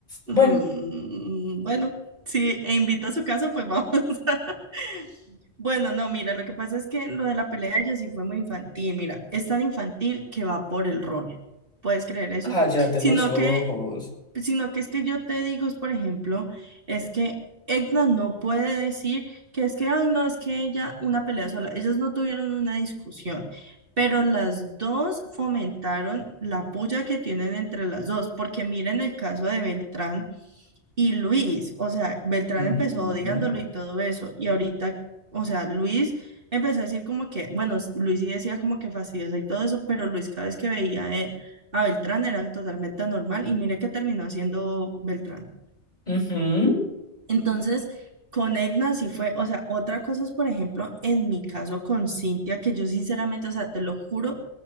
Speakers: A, on the right; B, on the left.
A: "Mm,
B: bueno,
A: bueno, si e invita a su casa, pues vamos. <laughs> Bueno, no, mira, lo que pasa es que lo de la pelea de ellos sí fue muy infantil, mira, es tan infantil que va por el rol, ¿puedes creer eso?
B: cállate
A: Sino
B: los ojos.
A: que sino que es que yo te digo, es, por ejemplo, es que Edna no puede decir que es que, ay, no, es que ella, una pelea sola, ellas no tuvieron una discusión, pero las dos fomentaron la puya que tienen entre las dos, porque miren el caso de Beltrán y Luis, o sea, Beltrán
B: Ujú,
A: empezó odiándolo y todo eso, y ahorita, o sea, Luis empezó a decir como que, bueno, Luis sí decía como que fastidiosa y todo eso, pero Luis cada vez que veía, eh, a Beltrán era totalmente normal y mire que terminó siendo Beltrán.
B: ujú.
A: Entonces, con Egna sí fue, o sea, otra cosa es, por ejemplo, en mi caso con Cintia, que yo sinceramente, o sea, te lo juro,